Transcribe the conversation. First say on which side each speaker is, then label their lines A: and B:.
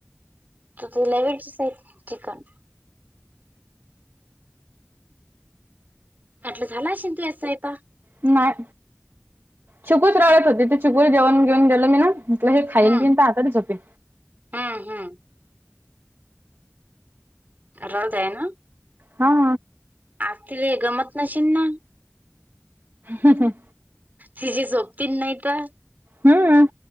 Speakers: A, on the right; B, on the right.
A: तलेवी चिकन आटलं झाला असेन तू याय प
B: नाही चुकूच राळत होती ते चुकू जेवण घेऊन गेलं मी ना म्हलं हे खाईन
A: हम्म
B: पिन तर आताातच झपेन
A: हम्म हम्म रज आहे ना
B: हा
A: आतील रे गमत नशन ना
B: हम् हम
A: तिझी झोपती नाही तर
B: हम्म.